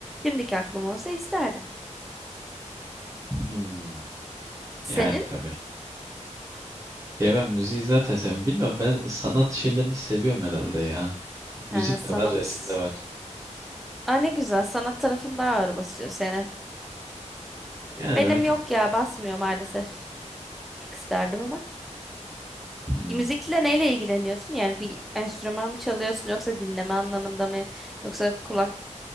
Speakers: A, in the centre; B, on the right.
A: Şimdiki aklım olsa isterdim.
B: hmm,
A: Senin
B: Yani tabii. Ya ben müziği zaten seviyorum. Bilmiyorum ben sanat şeylerini seviyorum herhalde ya. Müzik
A: Ha, sanat.
B: de var, resim de var.
A: Aa, ne güzel sanat tarafın daha ağır basıyor senin.
B: Yani
A: Benim
B: demek ki
A: yok ya basmıyor maalesef. Çok isterdim ama.
B: Hmm.
A: Müzikle neyle ilgileniyorsun? Yani bir enstrüman mı çalıyorsun yoksa dinleme anlamında mı? Yoksa kulak